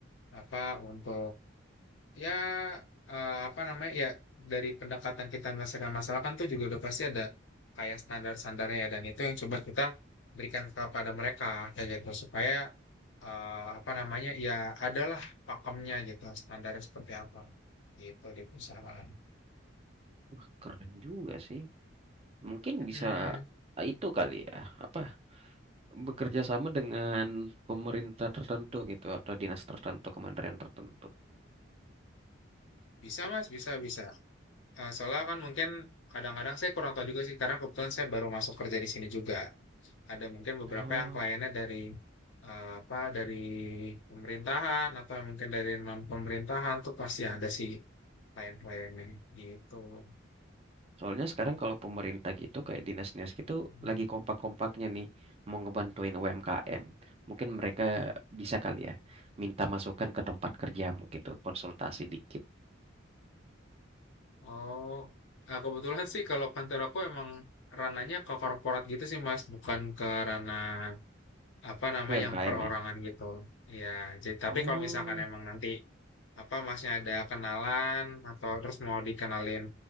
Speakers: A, on the left; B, on the right.
A: Apa untuk ya eh, apa namanya ya dari pendekatan kita menyelesaikan masalah kan tuh juga udah pasti ada kayak standar-standarnya ya, dan itu yang coba kita berikan kepada mereka kayak gitu supaya eh, apa namanya ya adalah pakemnya gitu standarnya seperti apa gitu di perusahaan.
B: Wah, keren juga sih. Mungkin
A: Mm-mm.
B: bisa eh, itu kali ya, apa bekerja sama dengan pemerintah tertentu gitu atau dinas tertentu, kementerian tertentu.
A: Bisa mas, bisa bisa. Eh, soalnya kan mungkin kadang-kadang saya kurang tahu juga sih karena kebetulan saya baru masuk kerja di sini juga Ada mungkin beberapa
B: Oh.
A: yang kliennya dari eh, apa dari pemerintahan atau mungkin dari non pemerintahan tuh pasti ada sih klien-kliennya gitu.
B: Soalnya sekarang kalau pemerintah gitu kayak dinas-dinas gitu
A: Hmm.
B: lagi kompak-kompaknya nih mau ngebantuin UMKM. Mungkin mereka bisa kali ya minta masukan ke tempat kerjamu gitu, konsultasi dikit.
A: Oh, nah, kebetulan sih kalau kantor aku emang rananya ke korporat gitu sih Mas, bukan ke ranah apa namanya
B: UMKM
A: yang perorangan
B: ya.
A: gitu. Iya, jadi tapi
B: Oh.
A: kalau misalkan emang nanti apa masnya ada kenalan atau terus mau dikenalin